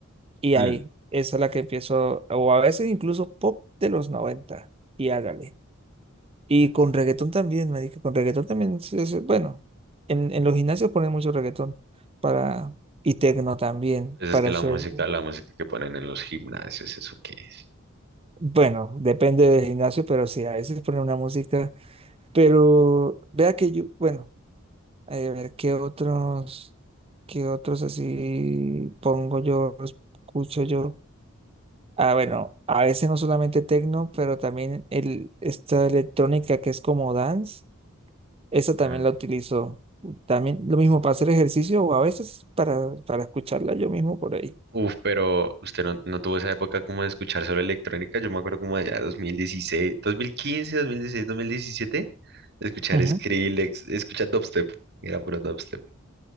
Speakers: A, on the right; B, on the right.
A: Y ahí,
B: Mm,
A: esa es la que empiezo, o a veces incluso pop de los 90 y hágale. Y con reggaetón también, me dije, con reggaetón también, se- se- bueno, en, en los gimnasios ponen mucho reggaetón para, y tecno también,
B: Pues
A: para
B: es que
A: hacer,
B: la música, la música que ponen en los gimnasios, ¿eso qué es?
A: bueno, depende del gimnasio, pero sí, a veces ponen una música, pero vea que yo, bueno, eh, a ver, ¿qué otros, qué otros así pongo yo, escucho yo? Ah, bueno, a veces no solamente techno, pero también el, esta electrónica que es como dance, esa también
B: Mm,
A: la utilizo. También lo mismo para hacer ejercicio o a veces para, para escucharla yo mismo por ahí.
B: Uf, pero usted no, no tuvo esa época como de escuchar solo electrónica. Yo me acuerdo como allá dos dos dos mil mil mil dieciséis quince dieciséis dos mil diecisiete de escuchar
A: Ujú.
B: Skrillex, de escuchar dubstep. Era puro dubstep.